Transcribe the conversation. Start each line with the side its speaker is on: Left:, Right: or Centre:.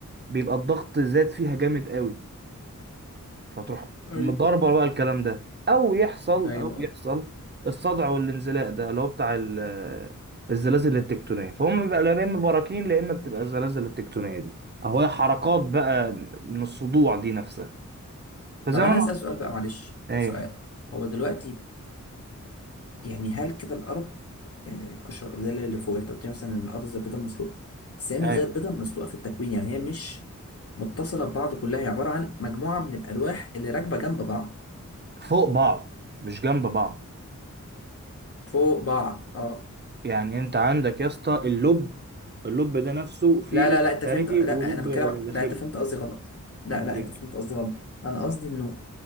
Right: بيبقى الضغط زاد فيها جامد قوي هتروح
Left: ايوه
Right: مضاربة بقى الكلام ده أو يحصل
Left: ايوه
Right: أو يحصل الصدع والانزلاق ده اللي هو بتاع ال- الزلازل التكتونية فهم بقى لا إما براكين لا إما بتبقى الزلازل التكتونية دي أهو هي حركات بقى من الصدوع دي نفسها فزي
Left: طب
Right: ما
Left: انا
Right: أنا
Left: هسأل سؤال بقى معلش
Right: أيوه
Left: سؤال هو دلوقتي يعني هل كده الأرض آه، القشرة الأرضية اللي فوق أنت قلت لي مثلا إن الأرض زي البيضة المسلوقة بس هي مش
Right: أيوه
Left: زي البيضة المسلوقة في التكوين يعني هي مش متصلة ببعض كلها هي عبارة عن مجموعة من الألواح اللي راكبة جنب بعض
Right: فوق بعض مش جنب بعض
Left: فوق بعض اه
Right: يعني أنت عندك يا اسطى اللب اللب ده نفسه فيه
Left: لا
Right: لب
Left: لا لا أنت
Right: خارجي
Left: فهمت لا
Right: ولب
Left: أنا بتكلم
Right: داخلي
Left: لا أنت فهمت قصدي غلط لا
Right: أمال
Left: لا
Right: إيه
Left: أنت فهمت قصدي غلط أنا قصدي إنه